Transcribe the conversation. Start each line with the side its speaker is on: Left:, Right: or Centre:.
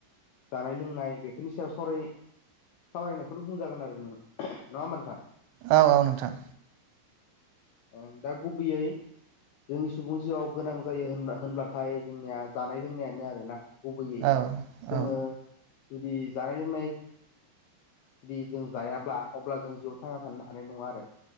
Left: जानाय लोंनाय बेफोरनि सायावाव सावरायनायखौनो बुंजागोन आरो नोङो नङा होमबा नोंथां?
Right: औ आ नथां
Left: ओं दा गुबैयै जोंनि सुबुं जिउआव गोनां जायो होन होनब्लाथाय जोंनिया जानाय लोंनायानो आरोना गुबैयै
Right: औ औ
Left: जोङो जुदि जानाय लोंनाय जुदि जों जायाब्ला अब्ला जों जिउआव थाङा थानो ना <unintelligible> आरो